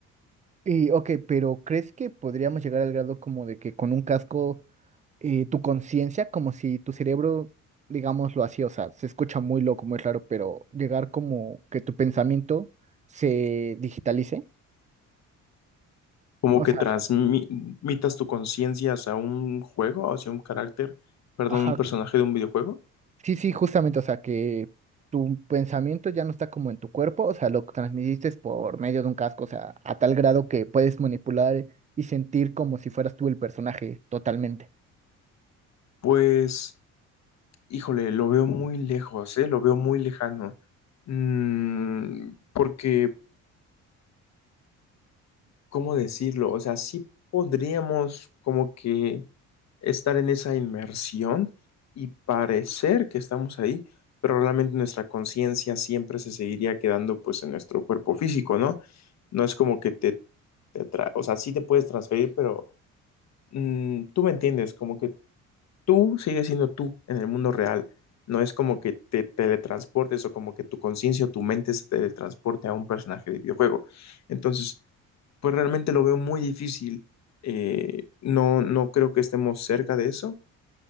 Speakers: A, on the right (about 25°); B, on the left (about 55°).
A: Y, ok, pero ¿crees que podríamos llegar al grado como de que con un casco eh, tu conciencia, como si tu cerebro, digámoslo así, o sea, se escucha muy loco, muy raro, pero llegar como que tu pensamiento se digitalice.
B: como
A: O
B: que
A: sea,
B: transmitas tu conciencia hacia un juego, hacia un carácter, perdón,
A: ajá,
B: un personaje de un videojuego,
A: sí, sí, justamente, o sea, que tu pensamiento ya no está como en tu cuerpo, o sea, lo transmitiste por medio de un casco, o sea, a tal grado que puedes manipular y sentir como si fueras tú el personaje totalmente.
B: pues, híjole, lo veo muy lejos, ¿eh? Lo veo muy lejano. Mm, porque ¿cómo decirlo? O sea, sí podríamos como que estar en esa inmersión y parecer que estamos ahí, pero realmente nuestra conciencia siempre se seguiría quedando pues en nuestro cuerpo físico, ¿no? No es como que te, te tra- o sea, sí te puedes transferir, pero mm, tú me entiendes, como que tú sigues siendo tú en el mundo real. No es como que te teletransportes o como que tu conciencia o tu mente se teletransporte a un personaje de videojuego. Entonces, pues realmente lo veo muy difícil. Eh, no, no creo que estemos cerca de eso,